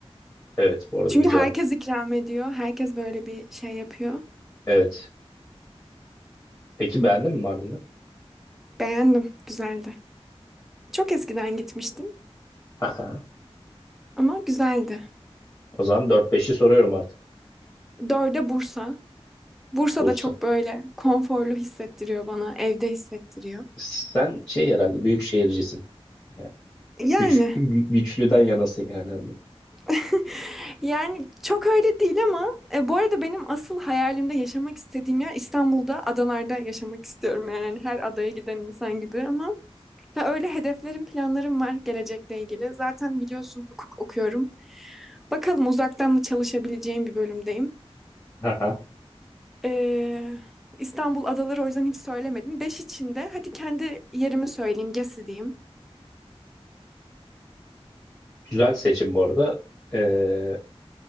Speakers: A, on the left; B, in the centre.
A: Evet bu arada
B: Çünkü
A: güzel.
B: herkes ikram ediyor. Herkes böyle bir şey yapıyor.
A: Evet. Peki beğendin mi Mardin'i?
B: Beğendim. Güzeldi. Çok eskiden gitmiştim
A: Haha.
B: ama güzeldi.
A: O zaman dört 5i soruyorum artık.
B: Dörde Bursa. Bursa
A: Bursa.
B: da çok böyle konforlu hissettiriyor bana. Evde hissettiriyor.
A: Sen şey herhalde büyük şehircisin. Ya,
B: Yani
A: Güç, gü- güçlüden yanasın yani.
B: <laughs> yani çok öyle değil ama e, bu arada benim asıl hayalimde yaşamak istediğim yer İstanbul'da adalarda yaşamak istiyorum. Yani hani her adaya giden insan gibi ama Ya öyle hedeflerim, planlarım var gelecekle ilgili. Zaten biliyorsun hukuk okuyorum. Bakalım uzaktan da çalışabileceğim bir bölümdeyim.
A: Haha.
B: Ee, İstanbul adaları o yüzden hiç söylemedim. Beş içinde. Hadi kendi yerimi söyleyeyim, Gezi diyeyim.
A: Güzel seçim bu arada. Ee,